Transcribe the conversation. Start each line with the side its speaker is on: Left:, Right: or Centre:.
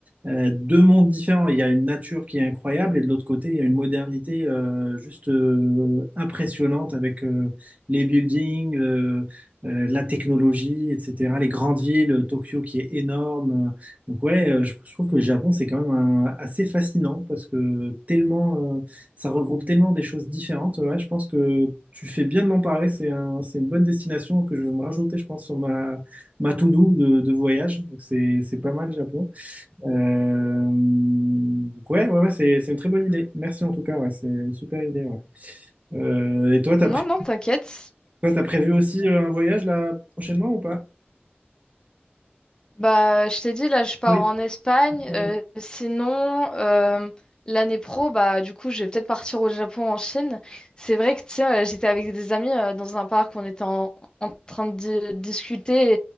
Right: euh, deux mondes différents. Il y a une nature qui est incroyable et de l'autre côté, il y a une modernité euh, juste euh, impressionnante avec euh, les buildings, euh, euh, la technologie, etc. Les grandes villes, euh, Tokyo qui est énorme. Donc ouais, euh, je, je trouve que le Japon, c'est quand même un- assez fascinant parce que tellement, euh, ça regroupe tellement des choses différentes. Ouais, je pense que tu fais bien de m'en parler. C'est un, c'est une bonne destination que je vais me rajouter, je pense, sur ma, ma to-do de, de voyage. Donc c'est, c'est pas mal, le Japon. Euh, donc ouais, ouais, ouais, c'est, c'est une très bonne idée. Merci en tout cas, ouais, c'est une super idée. ouais. Euh, et toi, t'as
Left: Non,
Right: pré-
Left: non, t'inquiète.
Right: toi, t'as prévu aussi euh, un voyage là prochainement ou pas?
Left: Bah, je t'ai dit, là, je pars
Right: Ah Oui.
Left: en Espagne.
Right: Ouais,
Left: Euh, sinon, euh, l'année pro, bah, du coup, je vais peut-être partir au Japon, en Chine. C'est vrai que, tiens, euh, j'étais avec des amis euh, dans un parc, on était en, en train de di- discuter